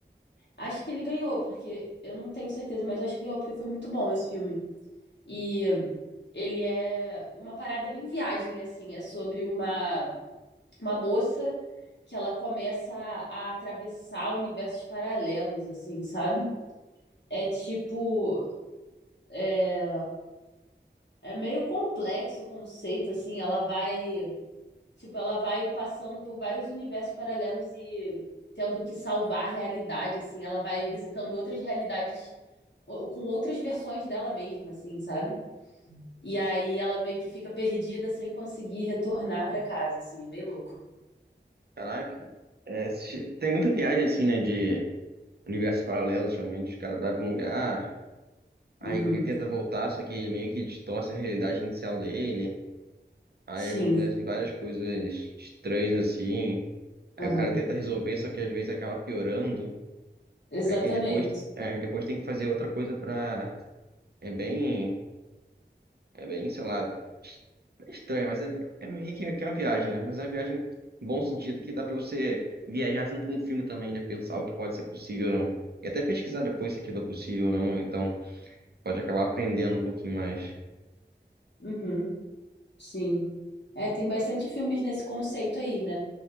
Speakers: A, on the left; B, on the right.
A: Acho que ele ganhou, porque eu não tenho certeza, mas acho que ganhou porque foi muito bom esse filme. E ele é uma parada bem viagem, assim. É sobre uma, uma moça que ela começa a, a atravessar universos paralelos, assim, sabe? É tipo. É, é meio complexo o conceito, assim. Ela vai Tipo, ela vai passando por vários universos paralelos e tendo que salvar a realidade, assim. Ela vai visitando outras realidades ou com outras versões dela mesma, assim, sabe? E aí ela meio que fica perdida sem conseguir retornar pra casa, assim. É bem louco.
B: Caraca. É, se- tem muita viagem assim, né? De universos paralelos, geralmente. Os caras vai pra um lugar, aí
A: Uhum.
B: ele tenta voltar, só que ele meio que distorce a realidade inicial dele. Aí
A: Sim.
B: acontecem várias coisas estranhas assim. Aí
A: Aham.
B: o cara tenta resolver, só que às vezes acaba piorando.
A: Exatamente.
B: Aí tem depois, é, depois tem que fazer outra coisa pra. É bem. É bem, sei lá, estranho, mas é, é meio que que é uma viagem, né? Mas é uma viagem em bom sentido que dá pra você viajar junto com o filme também, né? Pensar o que pode ser possível ou não. E até pesquisar depois se aquilo é possível ou não, né? então pode acabar aprendendo um pouquinho mais.
A: Uhum. Sim. É, tem bastante filmes nesse conceito aí, né?